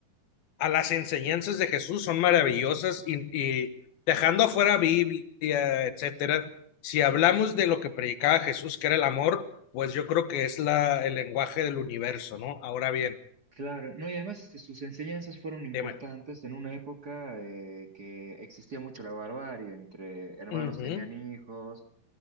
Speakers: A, on the left; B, on the right.
A: a las enseñanzas de Jesús, son maravillosas y, y dejando afuera Biblia, etcétera, si hablamos de lo que predicaba Jesús, que era el amor, pues yo creo que es la, el lenguaje del universo, ¿no? Ahora bien,
B: Claro, no, y además este, sus enseñanzas fueron importantes
A: dime.
B: en una época eh, que existía mucho la barbarie, entre hermanos
A: Ujú,
B: tenían hijos,